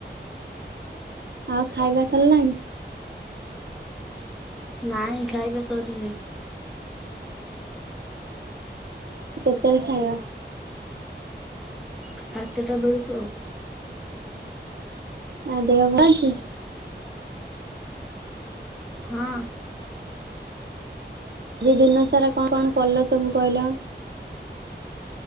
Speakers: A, on the right; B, in the centre.
A: ଆଉ ଖାଇବା ସରିଲାଣି?
B: ନାଇଁ ଖାଇବା ସରିିନି।
A: କେତେବେଳେ ଖାଇବ?
B: ସାତଟା ବେଳକୁ ଆଉ।
A: ଆଉ ଦେହ ଭଲ ଅଛି?
B: ହଁ।
A: ଆଜି ଦିନ ସାରା କଣ କଣ କଲ ସବୁ କହିଲ?